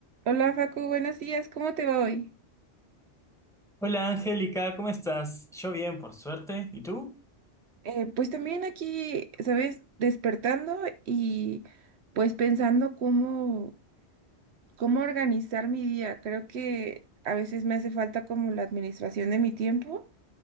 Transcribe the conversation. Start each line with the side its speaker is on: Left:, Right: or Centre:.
Right: Hola Facu, buenos días, ¿cómo te va hoy?
Centre: Hola Angélica, ¿cómo estás? Yo bien, por suerte. ¿Y tú?
Right: Eh, pues también aquí, ¿sabes? Despertando y pues pensando cómo, cómo organizar mi día. Creo que a veces me hace falta como la administración de mi tiempo